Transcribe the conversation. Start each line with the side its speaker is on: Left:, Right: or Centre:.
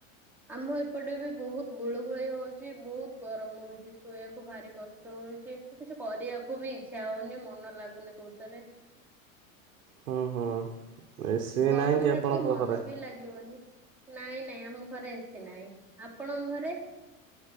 Centre: ଆମ ଏପଟେ ବି ବହୁତ ଗୁଳୁ ଗୁଳି ହଉଛି। ବହୁତ ଗରମ ହଉଛି। ଶୋଇବାକୁ ଭାରି କଷ ଟ ହଉଛି। କିଛି କରିବାକୁ ବି ଇଚ୍ଛା ହଉନି। ମନ ଲାଗୁନି କୋଉଥିରେ?
Right: ହୁଁ ହୁଁ। ଏସି
Centre: ଗରମ
Right: ନାହିଁ କି
Centre: ହେତୁ
Right: ଆପଣଙ୍କ
Centre: ମନ
Right: ଘରେ?
Centre: ବି ଲାଗିବନି। ନାଇଁ, ନାଇଁ ଆମ ଘରେ ଏସି ନାହିଁ। ଆପଣଙ୍କ ଘରେ?